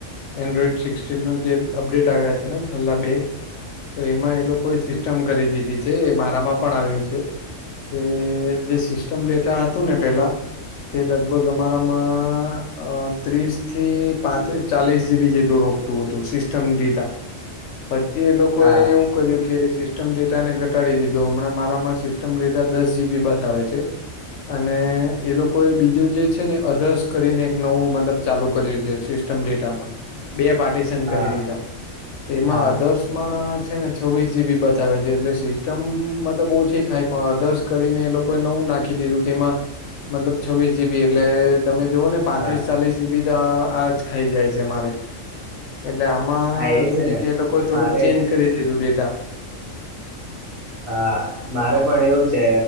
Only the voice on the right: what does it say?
હા
હા
હા
હા
હા એજ
ને
મારે
હા મારે પણ એવું છે